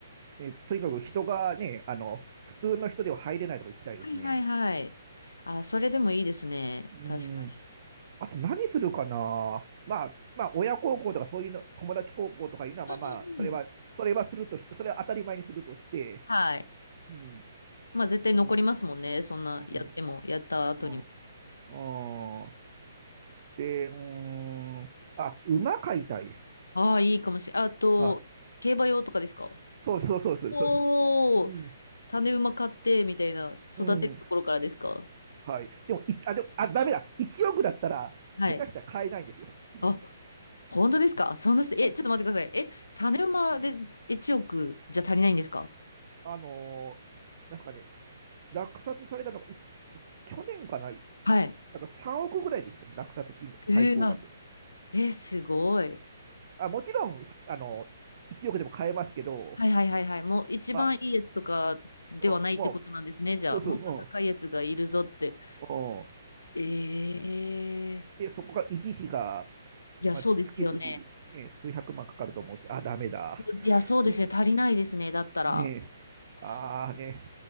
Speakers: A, on the right; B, on the left.
A: えーとにかく人がね、あの、普通の人では入れないとこ行きたいですね。
B: はいはいはい。あ、それでもいいですね。
A: うん。
B: 確かに。
A: あと何するかな。まあ、まあ、親孝行とかそういうの、友達孝行とかいうのは、まあまあ、
B: うん
A: それは、それはするとしそれは当たり前にするとして、
B: はい。
A: うん、
B: まあ、絶対残りますもんね。
A: うん、
B: そんな、
A: うん、
B: やっても、やった後にも。
A: うん、うん。で、うん、あ、馬飼いたいです。
B: ああ、いいかもしれないあと、
A: あ、
B: 競馬用とかですか
A: そうそうそうそう、
B: おおー、
A: そう。うん、
B: 種馬買って、みたいな、育てるところからですか
A: うん、はい。でも、い、あ、でも、あ、ダメだ。1億だったら、
B: はい。
A: 下手したら買えないんですよ、今。
B: あ、本当ですかそんなす、え、
A: はい
B: ちょっと待ってください。え、種馬で1億じゃ足りないんですか
A: あのーなんすかね、落札されたのが、いち去年かな、なん
B: はい。
A: か3億ぐらいでしたね、落札金額、
B: えー、
A: 最高額。
B: あ、えー、すごい。
A: あ、もちろん、ふあのー、1億でも買えますけど、
B: はいはいはいはい。もう一番いいやつとかではないってことなんですね。
A: まあ、うんもう、
B: じゃあ、
A: そうそう、
B: もっと高いやつがいるぞって。
A: うん、うん。
B: ええ
A: で、そこから維持費が、
B: いや、
A: まあ、
B: そうですよね。
A: 月々、ね、数百万かかると思うし、あ、ダメだ。
B: いや、そうですね。
A: うん
B: 足りないですね。だったら。
A: ねえ、
B: そっ
A: ああね、